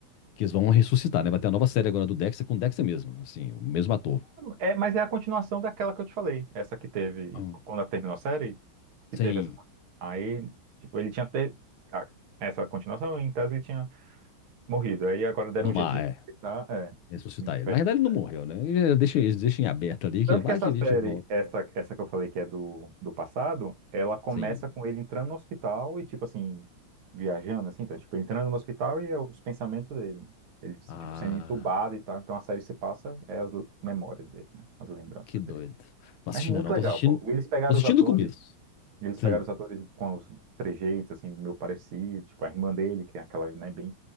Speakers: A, on the left; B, on the right.
A: Que eles vão ressuscitar, né? Vai ter a nova série agora do Dexter com o Dexter mesmo, assim, o mesmo ator.
B: é, é- mas é a continuação daquela que eu te falei. Essa que teve,
A: Hum,
B: quando ela terminou a série, que
A: Sim,
B: teve essa... Aí, tipo, ele tinha ter... a- Essa continuação, em tese, ele tinha morrido. Aí agora deram
A: no
B: um
A: mar,
B: jeito de respeitar,
A: é.
B: é.
A: ressuscitar
B: E
A: ele.
B: vai
A: Na
B: ser
A: verdade,
B: sério.
A: ele não morreu, né? Ele deixa, eles deixam em aberto ali,
B: Tanto
A: que vai
B: que essa
A: que
B: série,
A: a gente volta.
B: essa, essa que eu falei que é do, do passado, ela começa
A: Sim.
B: com ele entrando no hospital e, tipo assim, viajando, assim, tá? Tipo, entrando no hospital e é os pensamentos dele. Ele,
A: Ah,
B: tipo, sendo entubado e tal. Então a série se passa, é as memórias dele, né? As lembranças
A: que doido.
B: dele.
A: Não
B: Mas
A: assistindo
B: muito
A: ainda não,
B: legal,
A: tô assistindo.
B: pô. Eles pegaram
A: Tô assistindo
B: os atores,
A: o começo.
B: eles
A: Sim,
B: pegaram os atores com os trejeitos, assim, meio parecido. Tipo, a irmã dele, que é aquela, né, bem